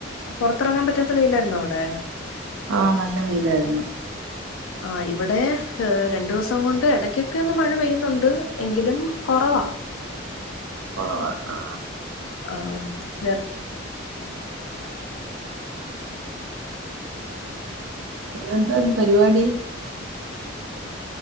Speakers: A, on the left; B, on the right.
A: പുറത്തിറങ്ങാൻ പറ്റാത്ത വെയിലായിരുന്നോ അവിടെ
B: ആ നല്ല വെയിലായിരുന്നു
A: ആ ഇവിടെ ഏ രണ്ടു ദിവസം ദിവസം കൊണ്ട് ഇടയ്ക്കൊക്കെ ഒന്ന് മഴ പെയ്യുന്നുണ്ട് എങ്കിലും കുറവ
B: കുറവാ ആ
A: ആ വേ
B: പിന്നെന്താന്ന് പരിപാടി